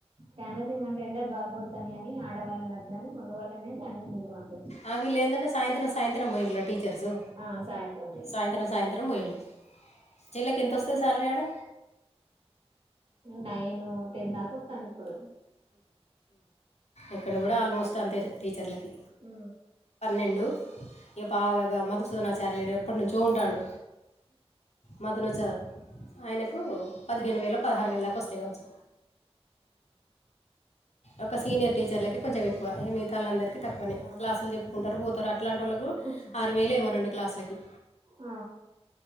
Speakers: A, on the right (about 60°); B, on the left (about 85°).
A: క్యాన్వసింగ్ అంటే ఎండలు బాగ కొడతాన అని ఆడవాళ్ళు గాని మగవాళ్ళనే క్యాన్వ వాషింగ్ పంపిస్తారు
B: ఆ వీళ్ళు ఏంటంటే సాయంత్రం సాయంత్రం పోయిరా టీచర్సు
A: ఆ సాయంత్రం మీరు
B: సాయంత్రం సాయంత్రం పోయిలు వీళ్ళకి ఎంతొస్తుంది శాలరీస్
A: నైను టెన్ దాక ఆస్తుంది ఇప్పుడు
B: ఇక్కడ కూడా ఆల్మోస్ట్ అంతే టీచర్లకి
A: ఉ
B: రెండు బాగా ఇగా మధు మదన చార్యుడు ఎప్పటినుంచో ఉంటాడు మదనచార్యుడు ఆయనకు పదిహేను వేలు పదహారు వేల దాకా వస్తేయి కావచ్చు ఒక సీనియర్ టీచర్లకి కొంచెం ఎక్కువ మిగతాలందరికి తక్కువనే
A: ఆ
B: క్లాసులు చెప్పుకుంటారు పోతారు అలాంటి వాళ్ళకు
A: కూర్చో
B: ఆరు వేలే ఏమో రెండు క్లాసులకి
A: ఆ